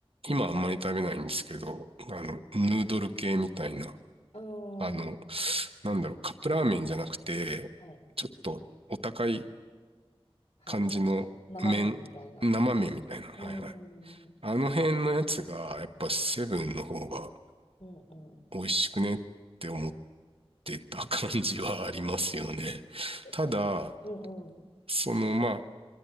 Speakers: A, on the right (about 65°); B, on the left (about 80°).
A: 今あんまり食べないんですけど、あの、
B: はい、
A: ヌードル系みたいな。
B: お
A: あの、
B: ー、
A: なんだろう、カップラーメンじゃなくて、
B: はい、
A: ちょっとお高い
B: はい、
A: 感じの麺、
B: な生麺みたいな。
A: 生麺みたいな。はいはい。
B: うーん、
A: あの辺のやつが、やっぱセブンの方が
B: うん、うん。
A: 美味しくねって思ってた感じはありますよね。
B: え、
A: ただ、
B: なん、うん、うん、
A: その、まあ、